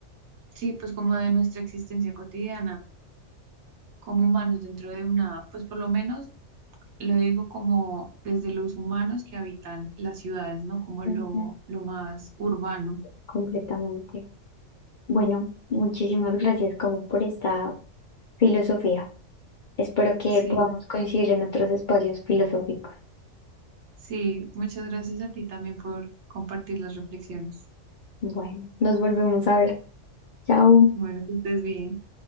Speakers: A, on the right; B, on the left.
A: sí, pues como de nuestra existencia cotidiana, como humanos dentro de una, pues por lo menos lo digo como desde los humanos que habitan las ciudades, ¿no? Como
B: ujú,
A: lo, lo más urbano.
B: Completamente. Bueno, muchísimas gracias como por esta filosofía. Espero que
A: Sí,
B: podamos coincidir en otros espacios filosóficos.
A: sí, muchas gracias a ti también por compartir las reflexiones.
B: Bueno, nos volvemos a ver. Chao.
A: Bueno, que estés bien.